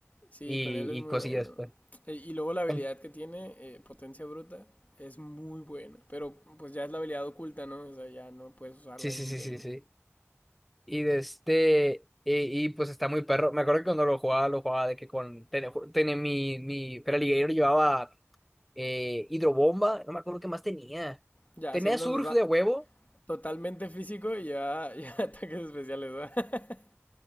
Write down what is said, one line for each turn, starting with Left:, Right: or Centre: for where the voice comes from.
Left: Sí,
Centre: Y,
Left: con él es muy
Centre: y cosillas,
Left: bueno.
Centre: pues.
Left: E- Y luego la habilidad
Centre: En-
Left: que tiene, eh, potencia bruta, es muy buena. Pero pues ya es la habilidad oculta, ¿no? O sea, ya no puedes usarla
Centre: Sí, sí,
Left: in-game.
Centre: sí, sí, sí. Y de este. Y, y, pues está muy perro. Me acuerdo que cuando lo jugaba, lo jugaba de que con. Tenía, ju- tenía mi, mi Feraligatr llevaba eh, hidrobomba. No me acuerdo qué más tenía.
Left: Ya
Centre: Tenía
Left: siendo
Centre: surf
Left: tota-
Centre: de huevo.
Left: totalmente físico y ya, <laughs> ya ataques especiales, ¿verdad? <laughs>